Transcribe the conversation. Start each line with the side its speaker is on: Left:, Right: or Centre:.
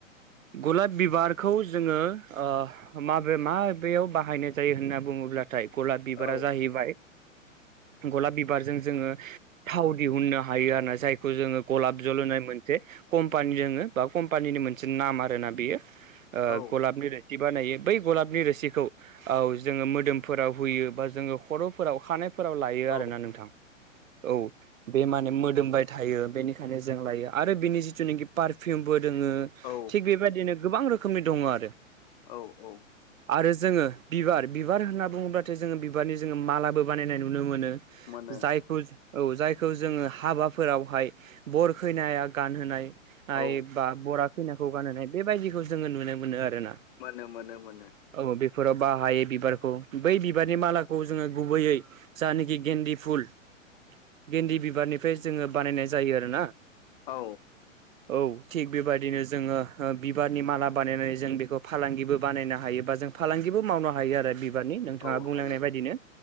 Right: गलाब बिबारखौ जोङो ओ माबे माबेयाव बाहायनाय जायो होनना बुङोब्लाथाय गलाब बिबारा
Left: औ
Right: जाहैबाय गलाब बिबारजों जोङो थाव दिहुननो हायो आरोना जाय खौ जोङो गलाब जल होनाय मोन से कम्पानि दोङो बा कम्पानिनि मोनसे नाम आरोना बेयो ओ
Left: औ
Right: गलाब
Left: औ
Right: मेरे बिदि बानायो बै गलाबनि रोसिखौ औ जोङो मोदोमफोराव होयो बा जोङो खर'फोराव खानाय फोराव लायो
Left: औ
Right: आरोना नोंथां औ बे माने मोदोमबाय थायो बेनिखायनो जों लायो आरो बिनि जितुनोखि पारफिउमबो दङो
Left: औ
Right: थिग बेबायदिनो गोबां रोखोमनि दङ आरो।
Left: औ-औ
Right: आरो जोङो बिबार बिबार होनना बुङोब्लाथाय जोङो बिबारनि जोङो मालाबो बानायनाय नुनो मोनो।
Left: मोनो
Right: जाय खौ जायखौ जोङो हाबाफोरावहाय बर खैनाया गानहोनाय हाय
Left: औ
Right: बा बरा खैनाखौ गानहोनाय बेबायदिखौ जोङो नुनो मोनो आरोना
Left: मोनो मोनो मोनो
Right: औ बेफोराव बाहायो बिबारखौ बै बिबारनि मालाखौ जोङो गुबैयै जानोखि गेन्दि फुल गेन्दि बिबारनिफ्राय जोङो बानायनाय जायो आरोना
Left: औ
Right: औ थिग बेबायदिनो जोङो बिबारनि माला बानायनानै जों बेखौ फालांगिबो बानायनो हायो बा जों फालांगिबो मावनो हायो आरो बिबारनि नोंथाङा
Left: औ
Right: बुंलांनाय
Left: हायो
Right: बायदिनो